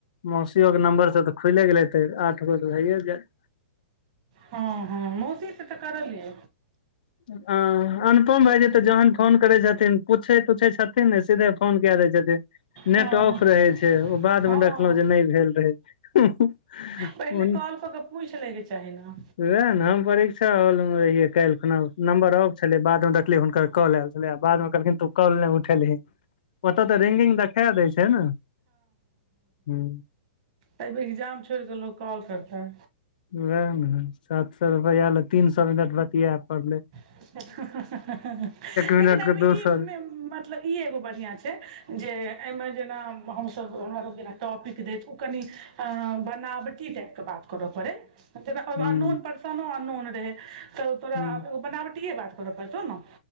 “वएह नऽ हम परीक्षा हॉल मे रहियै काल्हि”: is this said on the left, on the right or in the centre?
Left